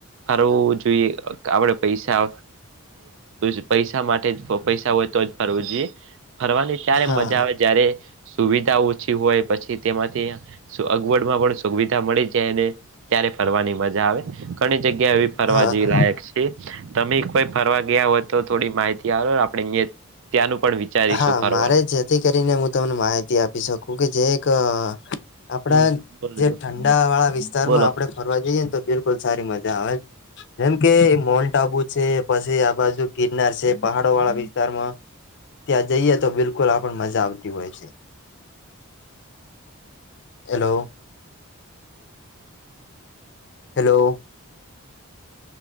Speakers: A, on the right; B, on the left.
A: ફરવું જોઈએ આપડે પૈસા જે પૈસા માટે પૈસા હોય તો જ ફરવું જોઈએ ફરવાની ત્યારે
B: હા
A: મજા આવે જ્યારે સુવિધા ઓછી હોય પછી તેમાંથી અગવડમાં પણ સુવિધા મળી જાયને ત્યારે ફરવાની મજા આવે ઘણી જગ્યા એવી
B: હા
A: ફરવા જેવી
B: હા
A: લાયક છે તમે કોઈ ફરવા ગયા હોય તો થોડી માહિતી આપો આપે અ ત્યાંનું પણ વિચારીશું
B: હા
A: ફરવાનું
B: મારે જેથી કરીને હું તમને માહિતી આપી શકું કે જે એક <unintelligible> આપડા
A: હમ બોલો
B: જે
A: જો
B: ઠંડા વાળા વિસ્તારમાં
A: બોલો
B: આપણે ફરવા જઈએ ને તો બિલકુલ સારી મજા આવે જેમ કે મોન્ટ આબુ છે પછી આ બાજુ ગિરનાર છે પહાડો વાળા વિસ્તારમાં ત્યાં જઈએ તો બિલકુલ આપણ મજા આવતી હોય છે hello hello